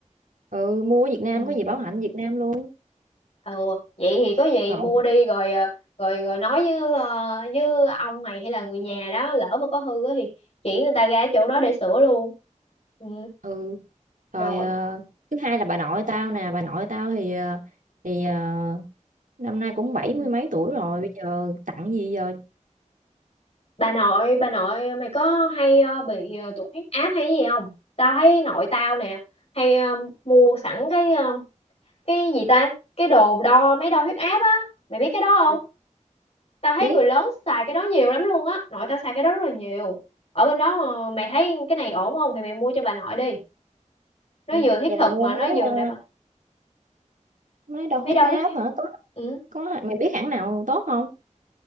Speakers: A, on the right; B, on the left.
A: Ừ, mua ở Việt Nam
B: ừ
A: có gì bảo hành Việt Nam luôn.
B: ừ vậy thì có gì
A: Lộn.
B: mua đi rồi ờ, rồi rồi nói với ờ, với ông mày hay là người nhà đó lỡ mà có hư á thì chỉ người ta ra ở chỗ đó để sửa luôn ừ
A: ừ rồi
B: rồi
A: ờ, thứ hai là bà nội tao nè bà nội tao thì ờ, thì ờ, năm nay cũng bảy
B: ừ.
A: mươi mấy tuổi rồi bây giờ tặng gì giờ
B: bà nội bà nội mày có hay ờ, bị ờ, tụt huyết áp hay gì không tao thấy nội tao nè hay ờ, mua sẵn cái ờ, cái gì ta cái đồ đo mấy đo huyết áp á mày biết cái đó không
A: tôi
B: tao thấy
A: biết
B: người lớn xài cái đó nhiều lắm luôn á nội tao xài cái đó rất là nhiều ở bên đó ờ, mày thấy cái này ổn không thì mày mua cho bà nội đi nó
A: Ừ,
B: vừa thiết
A: vậy
B: thực
A: là mua
B: mà
A: máy
B: nó vừa
A: ờ,
B: đảm bảo
A: máy đo huyết
B: mấy đo
A: áp
B: huyết áp
A: hả tốt
B: ừ
A: có mày biết hãng nào tốt không